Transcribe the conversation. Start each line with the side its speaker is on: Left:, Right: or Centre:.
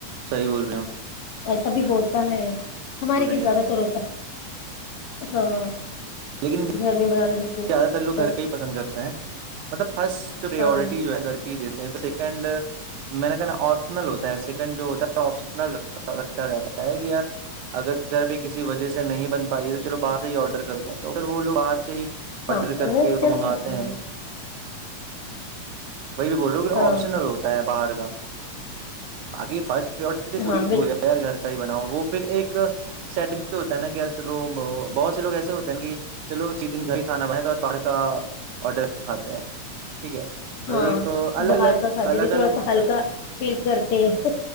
Right: صحیح بول رہے ہ
Left: ایسا بھی بہت ہو ہے ہمارے لی
Right: ہیں
Left: زیادہ
Right: آپ
Left: تر ہوتا ہے ہاں
Right: لیکن
Left: گرمی بناالے میں
Right: زیادہ تر لوگ
Left: بس
Right: گھر کا ہی پسند کرتے ہیں مطلب فرسٹ جو
Left: ہاں
Right: ہے گھر ہی دی سیکنڈ میں نے کہ ن آپشنل ہوتا ہے سیکنڈ جو ہوتا ہے آپشنل رکھا جاتا ہے کہ یار اگر گھر پہ کسی وجہ سے نہیں بن پائی تو چلو باہر سے ہی آڈر کرتا ہے تو اھر وہ لوگ باہر سے ہی
Left: ہاں
Right: آرڈر کر
Left: وہ
Right: کے تو
Left: چلتا
Right: منگاتے
Left: ہے
Right: ہیں بھ میں بول رہا ہوں
Left: ہاں
Right: آپشنل ہوتا ہے باہر کا آگی فاسٹ ے کو
Left: ہاں بالکل
Right: بول ار گھر کا بناؤ وہ پھر ایک سیٹ بھی ہوتا ہے نا کہ ی چلو بہت سے لوگ ایسے ہوتے ہیں نا کہ چلو چی دن گھر ہی کھانا بن تو آ باہر کا آڈر کھاتے ہیں ٹھیک ہے
Left: ہاں
Right: تو ایک الگ
Left: باہر
Right: الگ
Left: کا کھاتے
Right: الگ
Left: بھی تھوڑا
Right: الگ
Left: سا
Right: ہوتا
Left: ہلکا
Right: ہے
Left: فیل کرتے ہیں